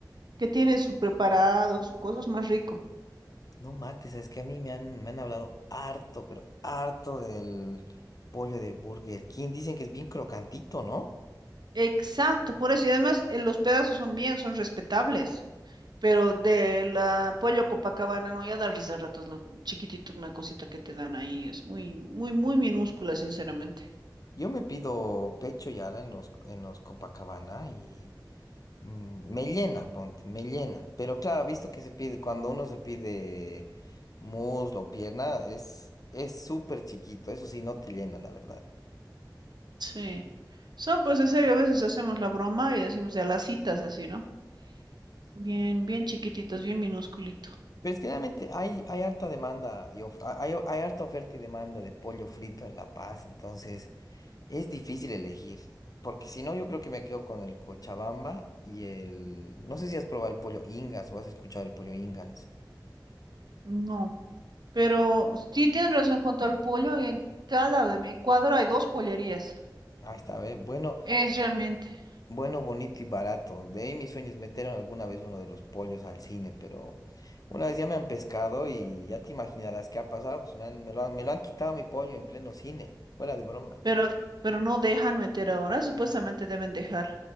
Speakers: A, on the right (about 65°); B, on the left (about 50°).
A: que tiene su preparado, su cosas más rico.
B: No mates, es que a mí me han, me han hablado harto, pero harto del pollo de Burger King. Dicen que es bien crocantito, ¿no?
A: Exacto, por eso. Y además eh, los pedazos son bien, son respetables. Pero de la Pollo Copacabana, no, ya da risa a ratos lo chiquitito, una cosita que te dan ahí. Es muy, muy, muy minúscula, sinceramente.
B: Yo me pido pecho y ala en los, en los Copacabana y mm, me llena, ponte, me llena. Pero claro, visto que se pide, cuando uno se pide muslo o pierna, es es súper chiquito, eso sí, no te llena, la verdad.
A: Sí. Son, pues, en serio, a veces hacemos la broma y decimos de a las citas así, ¿no? Bien, bien chiquititos, bien minúsculito.
B: Pero es que realmente hay, hay harta demanda y of- hay, hay harta oferta y demanda de pollo frito en La Paz, entonces es difícil elegir, porque si no yo creo que me quedo con el Cochabamba y el... No sé si has probado el pollo Ingas o has escuchado el pollo Ingas.
A: No, pero sí tienen razón en cuanto al pollo. En cada de mi cuadro hay dos pollerías.
B: Ah, está bien. Bueno,
A: Es realmente.
B: bueno, bonito y barato. De ahí mis sueños metieron alguna vez uno de los pollos al cine, pero una vez ya me han pescado y ya te imaginarás qué ha pasado. Pues me han- me lo han, me lo han quitado mi pollo en pleno cine. Fuera de broma.
A: Pero, pero no dejan meter ahora, supuestamente deben dejar.